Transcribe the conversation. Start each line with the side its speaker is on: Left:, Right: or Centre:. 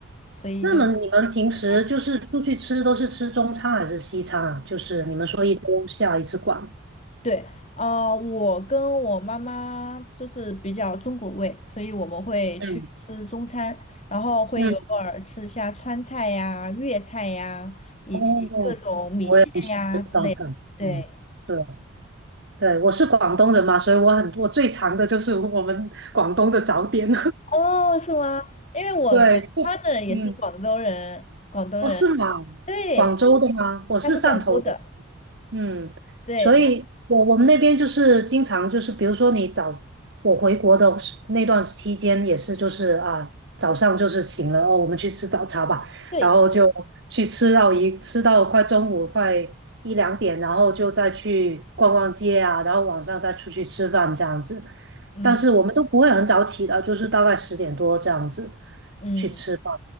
Left: 所以就在
Right: 那么你们平时就是出去吃都是吃中餐还是西餐啊？
Left: 家。
Right: 就是你们说一周下一次馆。
Left: 对，啊，我跟我妈妈就是比较中国味，所以我们会去吃中餐，
Right: 嗯
Left: 然后会偶尔吃一下川菜呀、
Right: 嗯，
Left: 粤菜呀，以及各种米线呀之类的。
Right: 哦，我也是中餐。
Left: 对，
Right: 嗯，对。对，我是广东人嘛，所以我很我最常的就是我们广东的早点。
Left: 哦，是吗？因为我的
Right: <laughs> 对，
Left: partner 也是广州人，
Right: 嗯，
Left: 广东人，
Right: 哦，是吗？
Left: 对，
Right: 广州的吗？我是汕头的。
Left: 他是广州的，
Right: 嗯，
Left: 对，
Right: 所以我我们那边就是经常就是，
Left: 然后
Right: 比如说你早我回国的时那段期间也是，就是啊早上就是醒了哦，我们去吃早茶吧，
Left: 对，
Right: 然后就去吃到一吃到快中午快一两点，然后就再去逛逛街啊，然后晚上再出去吃饭这样子。
Left: 嗯
Right: 但是我们都不会很早起的，就是大概十点多这样子
Left: 嗯，
Right: 去吃饭，